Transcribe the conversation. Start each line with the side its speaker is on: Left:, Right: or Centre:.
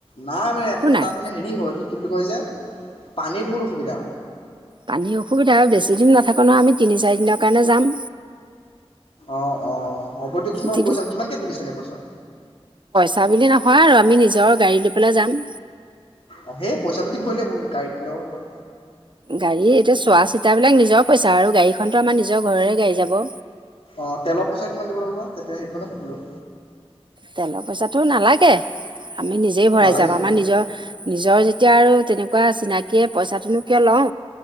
Left: নাই মানে আপোনাৰ
Right: একো নাই
Left: তাত মানে হেৰি হয় কি বুলি কয় যে পানী বহুত অসুবিধা
Right: পানীৰ অসুবিধা হয় বেছি দিন নাথাকো নহ আমি তিনি চাৰি দিনৰ কাৰণে যাম
Left: অ অ হ'ব দিয়কচোন বাৰু
Right: তিনি
Left: পইচা কিমানকে তুলিছে এনে পইচা।
Right: জানিলি নহয় আমি নিজৰ গাড়ী লৈ পেলাই যাম।
Left: অ সেই পইচাটো দিবই লাগিব গাড়ীত দিলেও ধৰ।
Right: গাড়ী এতিয়া চোৱা চিতাবলাক নিজৰ পইচা আৰু গাড়ীখনতো আমাৰ নিজৰ ঘৰৰে গাড়ী যাব।
Left: অঁ তেলৰ পইচা কিমান দিব লাগিব তেতিয়া সেইকাৰণে সুধিলোঁ।
Right: তেলৰ পইচাটো নালাগে। আমি নিজেই ভৰাই
Left: নালাগে
Right: যাম
Left: নেকি
Right: আমাৰ নিজৰ নিজৰ যে। এতিয়া আৰু তেনেকুৱা চিনাকিয়ে পইচাটোনো কিয় লওঁ